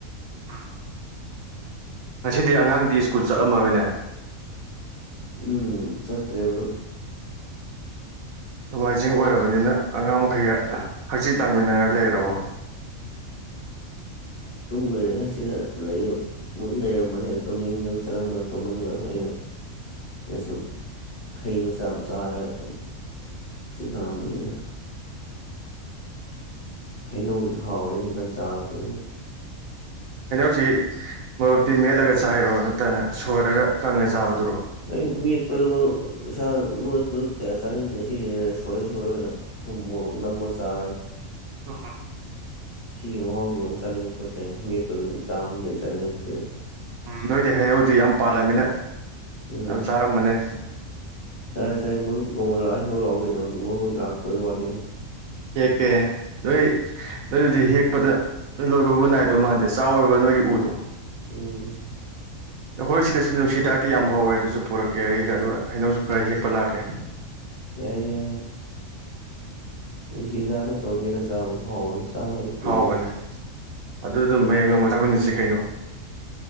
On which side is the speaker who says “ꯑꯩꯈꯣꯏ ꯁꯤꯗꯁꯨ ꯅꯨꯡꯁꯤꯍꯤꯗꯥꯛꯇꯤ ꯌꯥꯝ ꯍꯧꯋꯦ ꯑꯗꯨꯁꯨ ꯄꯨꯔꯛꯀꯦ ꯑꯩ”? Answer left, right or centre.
Right